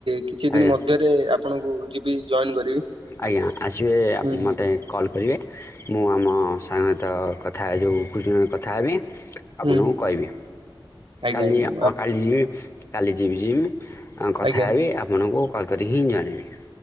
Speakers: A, on the right; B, on the left.
A: କିଛି
B: ଆଜ୍ଞା
A: ଦିନ ମଧ୍ୟରେ ଆପଣଙ୍କୁ ଯିବି ଜଏନ୍ କରିବି।
B: ଆଜ୍ଞା, ଆସିବେ
A: ହୁଁ।
B: ମୋତେ କଲ୍ କରିବେ, ମୁଁ ଆମ ସାଙ୍ଗତ କଥା ଯେଉଁ, କଥା ହେବି।
A: ହୁଁ
B: ଆପଣଙ୍କୁ କହିବି,
A: ଆଜ୍ଞା
B: କାଲିଁ
A: ଆଜ୍ଞା
B: କାଲି ଯିବି କାଲି ଯିବି ଯିବି ହଁ କଥା
A: ଆଜ୍ଞା।
B: ହେବି, ଆପଣଙ୍କୁ କଲ୍ କରିକି ହିଁ ଜଣେଇବି